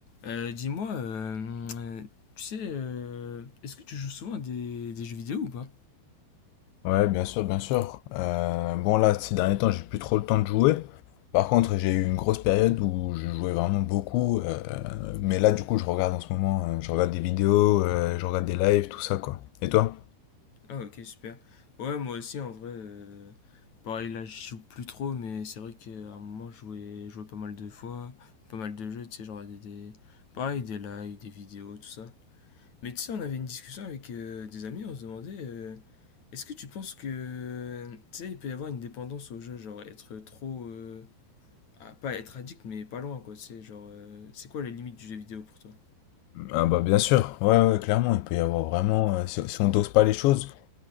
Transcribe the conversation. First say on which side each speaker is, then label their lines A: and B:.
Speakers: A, on the left; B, on the left.
A: Euh, dis-moi, euh, tu sais, euh, est-ce que tu joues souvent à des, des jeux vidéo ou pas?
B: Ouais, bien sûr, bien sûr. Euh, bon, là, ces derniers temps, j'ai plus trop le temps de jouer. Par contre, j'ai eu une grosse période où je jouais vraiment beaucoup. euh, mais là, du coup, je regarde en ce moment, euh, je regarde des vidéos, euh, je regarde des lives, tout ça, quoi. Et toi?
A: Ah, ok, super. Ouais, moi aussi, en vrai, euh, pareil, là, je joue plus trop, mais c'est vrai qu'à un moment, je jouais, je jouais pas mal de fois, pas mal de jeux, tu sais, genre des, des, pareil, des lives, des vidéos, tout ça. Mais tu sais, on avait une discussion avec euh, des amis, on se demandait, euh, est-ce que tu penses que, tu sais, il peut y avoir une dépendance au jeu, genre être trop, euh, Ah, pas être addict, mais pas loin, quoi. Tu sais, genre, euh, c'est quoi la limite du jeu vidéo pour toi?
B: Ah bah bien sûr, ouais, ouais, clairement, il peut y avoir vraiment, euh, si, si on dose pas les choses,